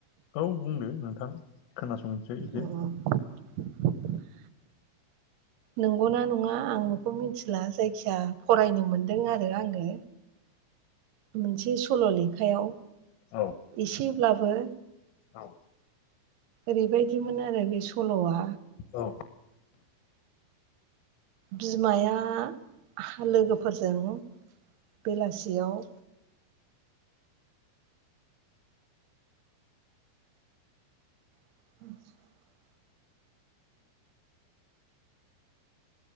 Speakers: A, on the left; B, on the right.
A: औ बुंदो नोंथां खोनासंसै एसे
B: उम <unintelligible> नंगौना नङा आं बेखौ मिथिला जायखिया फरायनो मोनदों आरो आङो मोनसे सल' लेखायाव
A: औ
B: एसेब्लाबो
A: औ
B: ओरैबायदिमोन आरो बे सल'आ
A: औ
B: बिमाया हा लोगोफोरजों बेलासियाव <inaudible>